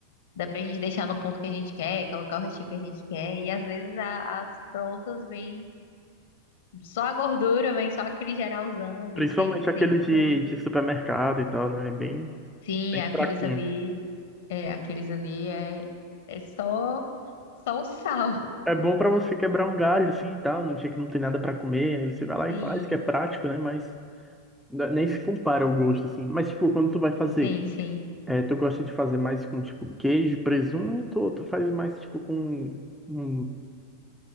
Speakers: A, on the left; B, in the centre.
A: Dá pra gente deixar no ponto que a gente quer, colocar o recheio que a gente quer. E às vezes a- as prontas vêm só a gordura, vem só aquele geralzão ali,
B: Principalmente
A: sem,
B: aquele
A: sem muito.
B: de, de supermercado e tal, né? É bem,
A: Sim,
B: bem
A: aqueles
B: fraquinho.
A: ali. É, aqueles ali é, é só, só o sal.
B: É, é bom pra você quebrar um galho, assim, e tal, num dia que não tem nada pra comer, aí você vai lá
A: Sim,
B: e faz, que é prático, né? Mas n- nem se compara o gosto, assim. Mas, tipo, quando tu vai fazer,
A: sim, sim.
B: é, tu gosta de fazer mais com, tipo, queijo, presunto, ou tu faz mais, tipo, com um